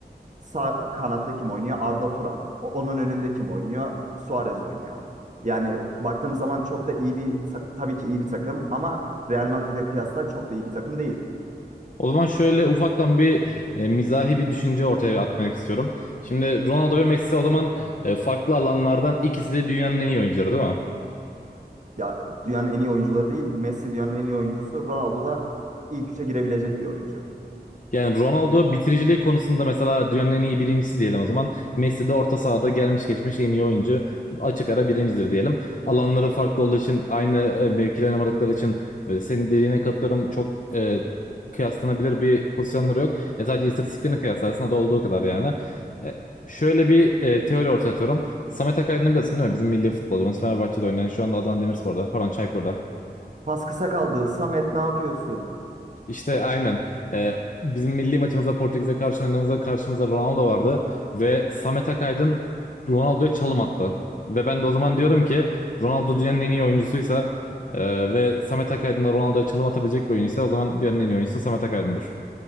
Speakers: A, on the right; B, on the left.
A: Sağ kanatta kim oynuyor? Arda Turan. O- onun önünde kim oynuyor? Suarez oynuyor. Yani baktığımız zaman çok da iyi bir ta- tabii ki iyi bir takım ama Real Madrid'e kıyasla çok da iyi bir takım değil.
B: O zaman şöyle ufaktan bir e, mizahi bir düşünce ortaya atmak istiyorum. Şimdi Ronaldo ve Messi o zaman e, farklı alanlardan ikisi de dünyanın en iyi oyuncuları değil mi?
A: Ya dünyanın en iyi oyuncuları değil. Messi dünyanın en iyi oyuncusu. Ronaldo da ilk üçe girebilecek bir oyuncu.
B: Yani Ronaldo bitiriciliği konusunda mesela dünyanın en iyi birincisi diyelim o zaman. Messi de orta sahada gelmiş geçmiş en iyi oyuncu. Açık ara birincidir diyelim. Alanları farklı olduğu için aynı e, mevkide oynamadıkları için e, senin dediğine katılıyorum. Çok e, kıyaslanabilir bir pozisyonları yok. E, sadece istatistiklerini kıyaslarsın o da olduğu kadar yani. E, şöyle bir e, teori ortaya atıyorum. Samet Akaydın'ı biliyorsun değil mi? Bizim milli futbolcumuz Fenerbahçe'de oynayan şu anda Adana Demirspor'da pardon Çaykur'da
A: Pas kısa kaldı. Samet ne yapıyorsun?
B: İşte aynen. Ee, bizim milli maçımızda Portekiz'e karşı oynadığımızda karşımızda Ronaldo vardı ve Samet Akaydın Ronaldo'ya çalım attı. Ve ben de o zaman diyorum ki Ronaldo dünyanın en iyi oyuncusuysa e, ve Samet Akaydın da Ronaldo'ya çalım atabilecek bir oyuncuysa o zaman dünyanın en iyi oyuncusu Samet Akaydın'dır.